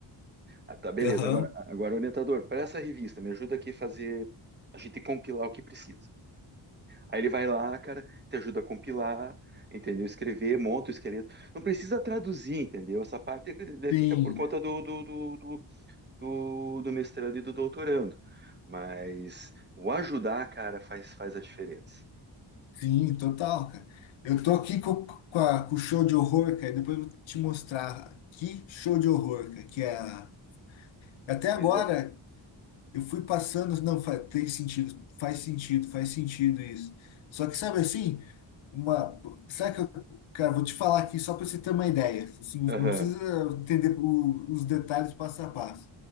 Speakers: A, on the right; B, on the left.
A: Ah, tá, beleza.
B: Aham.
A: Agora, agora orientador, para essa revista, me ajuda aqui a fazer, a gente compilar o que precisa. Aí ele vai lá, cara, te ajuda a compilar, entendeu? Escrever, monta o esqueleto. Não precisa traduzir, entendeu? Essa parte né, fica
B: Sim,
A: por conta do, do, do, do, do- do mestrando e do doutorando. Mas o ajudar, cara, faz, faz a diferença.
B: sim, total, cara. Eu tô aqui co- com, a- com, o show de horror, cara. e Depois eu vou te mostrar que show de horror, cara, que é a- até
A: Pois
B: agora
A: é.
B: Eu fui passando, não, faz, tem sentido, faz sentido, faz sentido isso. Só que sabe assim, uma, sabe que eu, cara, vou te falar aqui só para você ter uma ideia. Assim,
A: Aham,
B: não precisa entender o- os detalhes passo a passo.